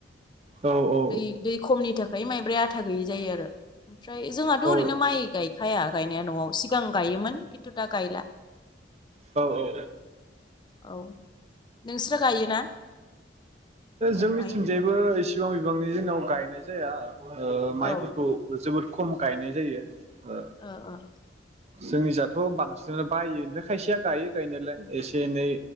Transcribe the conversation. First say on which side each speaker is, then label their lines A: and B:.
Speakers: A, on the right; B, on the left.
A: औ औ
B: दै दै खमनि थाखाय माइ ओमफ्राय आथा गैयि जायो आरो। ओमफ्राय जोंहाथ'
A: औ
B: ओरैनो माइ गाय खाया गायनाया न'आव सि सिगं गायोमोन खिन्थु दा गायला।
A: औ औ। ओ
B: औ नोंस्रा गायोना
A: जोंनिथिंजायबो
B: माइ
A: एसे बिबां बिबांनि जोंनाव गायनाय जाया।
B: औ
A: माइफोरखौ
B: ओ
A: जोबोद खम गायनाय जायो। ओ
B: औ औ।
A: जोंनि जाथ' बांसिनानो बायो ओमफ्राय खायसेया गायो गायनायालाय एसे एनै।